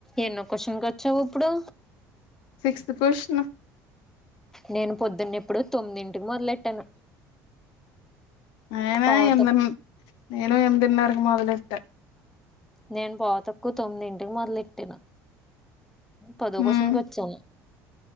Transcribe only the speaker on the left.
సిక్స్త్ క్యూస్షన్
నేనే
ఎనిమిది నేను ఎమిదిన్నరకు మోదలెట్ట
ఉమ్